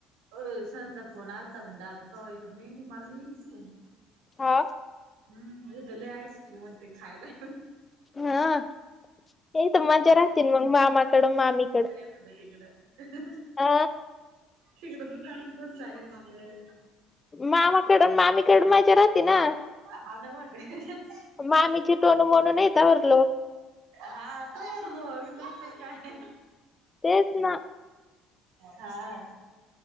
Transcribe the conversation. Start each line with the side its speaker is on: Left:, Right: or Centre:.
Right: हो सरांचा फोन आलता म्हणलं दादू कवा येतो नाही नाही मला नाही यायचं म्हणे
Left: हो
Right: हम्म मग दिले आइस्क्रीम अन ते खायला
Left: हा ते इथं मज्जा राहते ना मग मामाकडं मामीकडं
Right: म्हटलं तिकडं हं हं हं
Left: अ
Right: तिकडं दुकानच बंद झाले म्हणलं.
Left: मामाकडं न मामीकडं माजा राहते ना.
Right: हा न मग. अह ह ह
Left: ती मामीची टोनू म्हणून इथं उरलो
Right: हा आता उरलो मग नंतर काय.
Left: तेच ना.
Right: हा